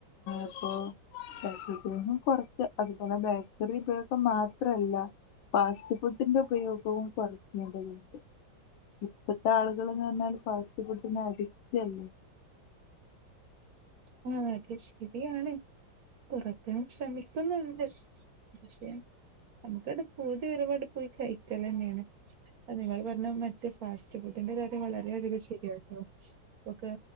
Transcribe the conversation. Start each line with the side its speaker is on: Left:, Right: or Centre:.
Left: അപ്പോ <unintelligible> കുറക്ക അതുപോലെ ബേക്കറി ഉപയോഗം മാത്രല്ല ഫാസ്റ്റ് ഫുഡിന്റെ ഉപയോഗവും കുറയ്ക്കേണ്ടതുണ്ട് ഇപ്പഴത്തെ ആളുകള്ന്ന് പറഞ്ഞാല് ഫാസ് റ്റ് ഫുഡിനഡിക്റ്റല്ലേ
Right: ആ അത് ശരിയാണ് കൊറക്കാൻ ശ്രമി ക്കുന്നുണ്ട് പക്ഷേ നമുക്കണ്ട് പൂതി വരുമ്പാണ്ട് പോയി കയിക്കലെന്നേണ് ഇപ്പ നിങ്ങള് പറഞ്ഞ മറ്റേ ഫാസ്റ്റ് ഫുഡിന്റെ കാര്യം വളരെയധികം ശരിയാട്ടോ. ഇപ്പൊക്കെ